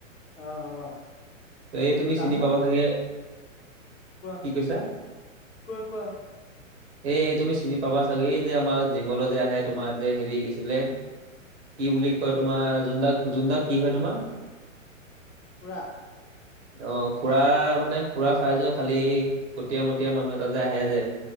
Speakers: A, on the left (about 70°); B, on the right (about 55°).
A: অ অ
B: এই তুমি
A: দামো
B: চিনি পাবা চাগে
A: কোৱা
B: কি কৈছা
A: কোৱা কোৱা
B: এই তুমি চিনি পাবা চাগে এই যে আমাৰ জিমলৈ যে আহে তোমাৰ যে হেৰি কি আছিলে কি বুলি কয়
A: কোৱা
B: তোমাৰ জোনদাক জোনদাক কি হয় তোমাৰ
A: খুৰা
B: অ খুৰা মানে খুৰা চাইজৱে খালি কটীয়া মটীয়া মানুহ এটা যে আহে যে